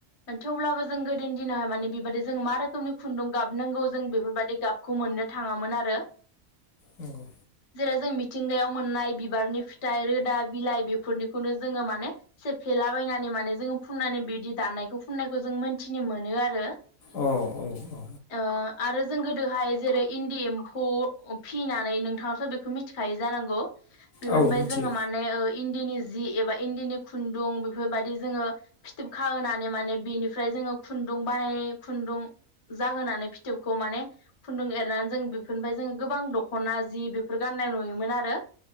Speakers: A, on the left (about 30°); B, on the left (about 75°).
A: थेवब्लाबो जों गोदो दिनावहाय माने बेबायदि जों मा रोखोमनि खुन्दुं गाबनांगौ जों बेफोरबायदि गाबखौ मोननो थाङामोन आरो।
B: नंगौ
A: जेरै जों मिथिंगायाव मोननाय बिबारनि फिथाइ रोदा बिलाइ बेफोरनिखौनो जोङो माने सेफ्लेलाबायनानै माने जोङो फुननानै बिबायदि दाननायखौ फुननायखौ जों मोन्थि नि मोनो आरो।
B: अ औ औ
A: ओ आरो जों गोदोहाय जेरै इन्दि एम्फौ फिनानै नोंथाङाथ' बेखौ मिथिखायो जानांगौ। बेफोरनिफ्राय
B: औ मिथियो
A: जोङो माने इन्दिनि जि एबा इन्दिनि खुन्दुं बेफोरबायदि जोङो फिथोब खाहोनानै माने बेनिफ्राय जोङो खुन्दुं बानाय खुन्दुं जाहोनानै फिथोबखौ माने खुुन्दुं जों बेफोरनिफ्राय जोङो गोबां दख'ना जि बेफोर गाननाय नुयोमोन आरो।